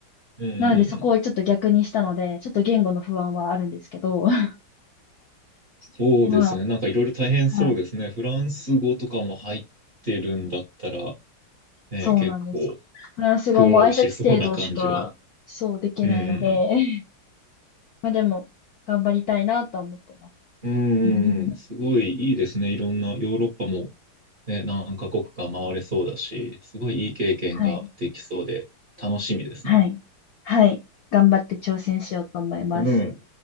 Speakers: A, on the right (about 50°); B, on the left (about 70°).
A: うんうんうんうん。
B: なのでそこをちょっと逆にしたので、ちょっと言語の不安はあるんですけど、<laughs>
A: そうですよね。
B: まあ、
A: なんかいろいろ大変そうですね。
B: はい、
A: フランス語とかも入ってるんだったら、ね、
B: そうなんです。
A: 結構
B: フランス語も挨拶程度しか、
A: 苦労しそうな感じは。
B: そうできないので、
A: うんうん
B: <laughs> まあでも、頑張りたいなとは思ってます。
A: うん。うんうんうん。
B: <laughs>
A: すごいいいですね。いろんなヨーロッパも、ね、何カ国か回れそうだし、すごいいい経験ができそうで楽しみですね。
B: はい、はい、はい、頑張って挑戦しようと思います。
A: うん。